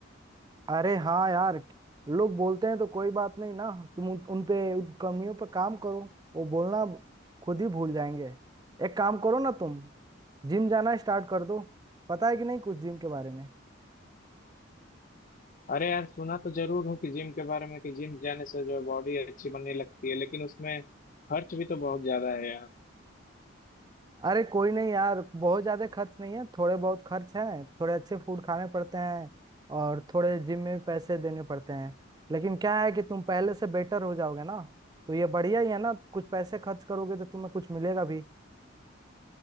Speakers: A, on the right; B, on the left.
A: अरे हाँ यार लोग बोलते हैं तो कोई बात नहीं ना तुम उन उन पे उन कमियों पे काम करो वो बोलना खुद ही भूल जाएंगे एक काम करो ना तुम जिम जाना स्टार्ट कर दो पता है कि नहीं कुछ जिम के बारे में
B: अरे यार सुना तो जरूर हूँ कि जिम के बारे में कि जिम जाने से जो बॉडी अच्छी बनने लगती है लेकिन उसमें खर्च भी तो बहुत ज्यादा है यार
A: अरे कोई नहीं यार बहुत ज्यादा खर्च नहीं है थोड़े बहुत खर्च हैं थोड़े अच्छे फूड खाने पड़ते हैं और थोड़े जिम में भी पैसे देने पड़ते हैं लेकिन क्या है कि तुम पहले से बेटर हो जाओगे ना तो ये बढ़िया ही है ना कुछ पैसे खर्च करोगे तो तुम्हें कुछ मिलेगा भी